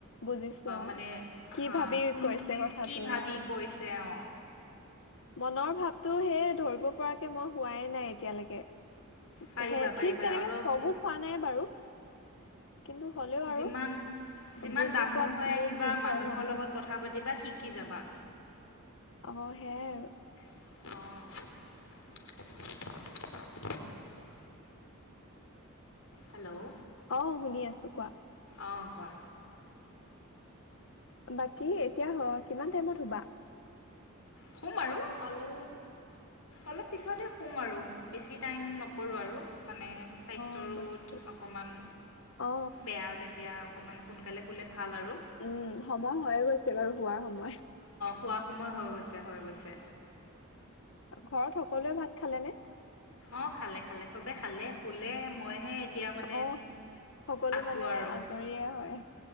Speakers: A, on the left; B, on the left.
A: বুজিছো অ
B: মানে
A: কি
B: হ
A: ভাবি
B: কোনে
A: কৈছে কথাটো
B: কি ভাবি
A: অ
B: কৈছে অ
A: মনৰ ভাৱটো সেই ধৰিব পৰাকে মই হোৱাই নাই এতিয়ালেকে
B: পাৰিবা
A: হে
B: পাৰিবা
A: ঠিক তেনেকে
B: অলপ
A: ঠগো খোৱা নাই বাৰু কিন্তু হ'লেও আৰু
B: যিমান যিমান
A: বুজি
B: ডাঙৰ
A: পোৱাত
B: হৈ আহিবা
A: মোৰ ভুল
B: মানুহৰ
A: হয় মানুহ
B: লগত কথা পাতিবা শিকি শিকি যাবা
A: অ সেইয়াই আৰু
B: <inaudible> হেল্ল'
A: অ শুনি আছো কোৱা
B: অঁ কোৱা
A: বাকী এতিয়া কিমান টাইমত শুবা
B: শুম আৰু আৰু অলপ পিছতে শুম আৰু বেছি টাইম নকৰোঁ আৰু মানে স্বাস্থ্যৰো
A: অ বুজিছো
B: অকণমান
A: অ
B: বেয়া যেতিয়া অকণমান সোনকালে শুলে ভাল আৰু
A: উম সময় হয় গৈছে বাৰু হোৱাৰ সময়
B: শুৱা সময় হৈ গৈছে হৈ গৈছে
A: ঘৰত সকলোৱে ভাত খালে নে
B: অ খালে খালে চবে খালে শোলে মইহে এতিয়া মানে
A: আহ সকলো
B: আছোঁ
A: মানে
B: আৰু
A: আজৰিয়ে হয়